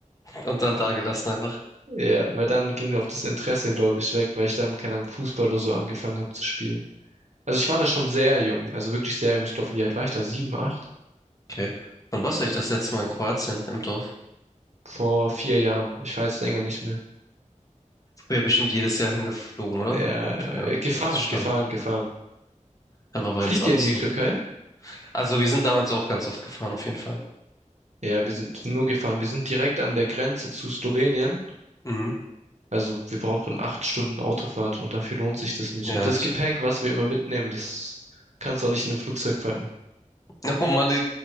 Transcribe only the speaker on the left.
Und dann da gelassen einfach.
Okay. Wann warst du eigentlich das letzte Mal in Kroatien im Dorf?
Früher bestimmt jedes Jahr hingeflogen, oder?
Gut,
ja,
das ist Standard.
Dann war bei
uns auch
so.
Also wir sind damals auch ganz oft gefahren, auf jeden Fall.
Mhm.
Ja.
<laughs>
Oh Mann, die-